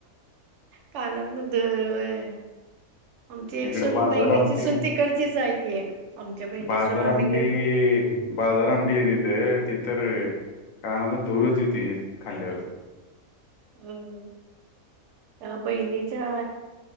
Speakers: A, on the right; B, on the left.
A: कानात न धुर वय मग ती एक
B: इकडं
A: सून
B: बाजार
A: बहिणीची
B: आमटी
A: सून तीकडचीच आहे की एक आमच्या बहिणीसून
B: बाजार
A: आम्ही
B: आमटी
A: गेलो
B: बाजार आमटी की इथ ति तर कानांतन धूरच येते खाल्यावर
A: हम्म अ बहिणीच्या